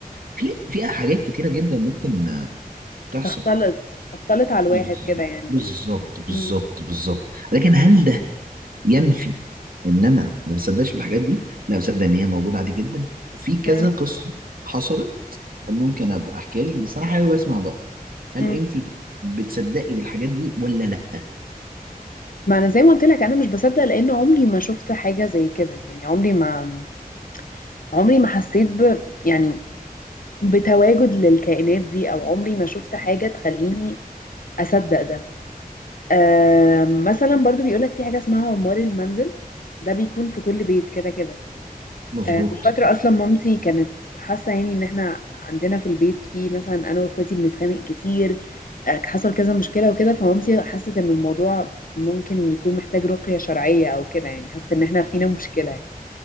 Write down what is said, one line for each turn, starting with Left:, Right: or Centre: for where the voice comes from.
Right: في فيها حاجات كتيرة جدا ممكن آه، تحصل
Left: تختلط تختلط على الواحد
Right: بز-
Left: كده يعني
Right: بالظبط بالظبط
Left: م-
Right: بالظبط لكن هل ده ينفي ان انا ما بصدقش بالحاجات دي؟ لا بصدق ان هي موجودة عادي جدا في كذا
Left: م-
Right: قصة حصلت ممكن ابقى احكيها لك بس انا حابب اسمع بقى هل
Left: م.
Right: انت بتصدقي بالحاجات دي ولا لا؟
Left: ما أنا زي ما قلت لك أنا مش بصدق لأن عمري ما شفت حاجة زي كده يعني عمري ما عمري ما حسيت ب يعني بتواجد للكائنات دي او عمري ما شفت حاجة تخليني اصدق ده آه مثلا برضو بيقولك في حاجة اسمها عمار المنزل ده بيكون في كل بيت كده كده
Right: مظبوط
Left: آه من فترة اصلا مامتي كانت حاسة يعني ان احنا عندنا في البيت في مثلا انا واخواتي بنتخانق كتير آه حصل كذا مشكلة وكده فمامتي حست ان الموضوع ممكن يكون محتاج رقية شرعية او كده يعني حست ان احنا فينا مشكلة يعني